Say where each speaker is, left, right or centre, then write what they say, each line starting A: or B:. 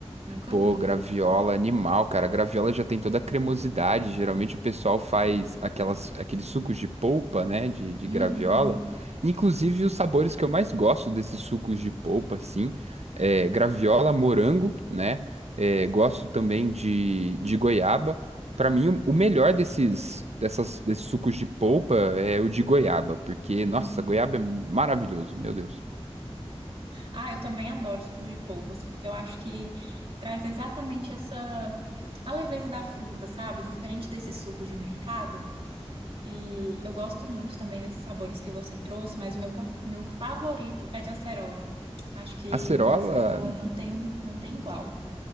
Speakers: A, on the right; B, on the right.
A: Nunca
B: Pô,
A: vi.
B: graviola animal, cara. A graviola já tem toda a cremosidade. Geralmente o pessoal faz aquelas, aqueles sucos de polpa, né? De, de
A: Uhum,
B: graviola. Inclusive, os sabores que eu mais gosto desses sucos de polpa, assim, é graviola, morango, né? é, gosto também de, de goiaba. Pra mim, o, o melhor desses, dessas, desses sucos de polpa é o de goiaba, porque,
A: uhum.
B: nossa, goiaba é maravilhoso, meu Deus.
A: Ah, eu também adoro suco de polpas, porque eu acho que traz exatamente essa a leveza da fruta, sabe? Diferente desse suco de mercado. E eu gosto muito também desses sabores que você trouxe, mas o meu, pa- meu favorito é de acerola. Acho que
B: Acerola,
A: de acerola não tem, não tem igual.